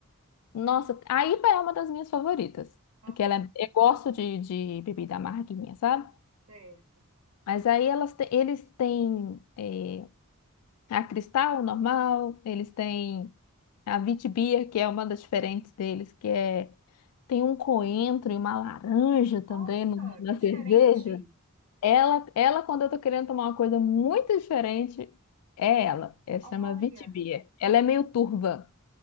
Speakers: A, on the left (about 75°); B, on the right (about 75°).
A: Nossa, a IPA é uma das minhas favoritas,
B: Aham,
A: porque ela, é, eu gosto de, de bebida amarguinha, sabe?
B: certo.
A: Mas aí elas, te- eles têm eh, a Cristal normal, eles têm a Witbier, que é uma das diferentes deles, que é tem um coentro e uma laranja também
B: Nossa,
A: no- na
B: que diferente.
A: cerveja. Ela, ela, quando eu tô querendo tomar uma coisa muito diferente, é ela. Ela
B: Olha,
A: chama Vitibia. Ela é meio turva.